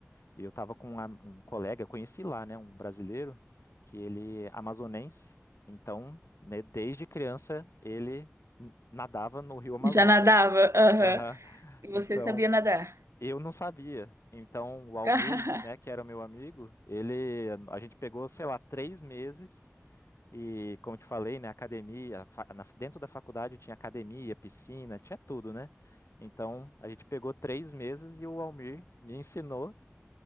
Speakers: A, on the left; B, on the right.
A: e eu estava com um, am- um colega, conheci lá, né, um brasileiro que ele é amazonense. Então, né, desde criança ele n- nadava no Rio Amazonas.
B: Já nadava? Aham.
A: Aham.
B: E você
A: Então,
B: sabia nadar?
A: eu não sabia. Então, o Almir,
B: <laughs>
A: né, que era o meu amigo, ele, a gente pegou, sei lá, três meses e, como eu te falei, né, academia, fa- na- dentro da faculdade tinha academia, piscina, tinha tudo, né? Então, a gente pegou três meses e o Almir me ensinou